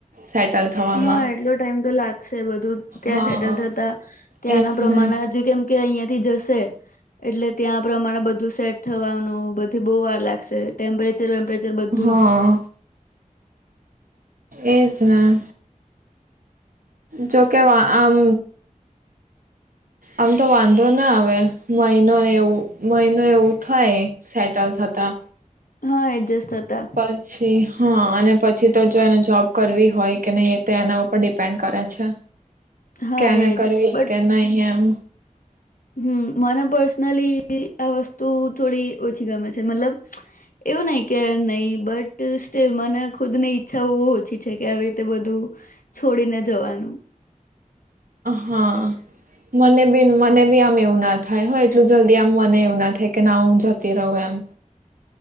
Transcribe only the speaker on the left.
હા એટલો ટાઈમ તો લાગશે બધું ત્યાં
સેટલ થતા ત્યાંના
પ્રમાણેજ
કેમ કે અહિયાંથી જશે એટલે ત્યાં પ્રમાણે બધું સેટ થવાનું બધી બહુ વાર લાગશે ટેમ્પરેચર વેમ્પરેચર બધું
જ
હા એડજસ્ટ થતા
હા
એજ
બટ
હમ મને પર્સનલી તો થોડી ઓછી ગમે છે મતલબ. એવું નહી કે નહી બટ મને ખુદ ની ઈચ્છા ઓછી છે કે આવી રીતે બધું, છોડીને જવાનું.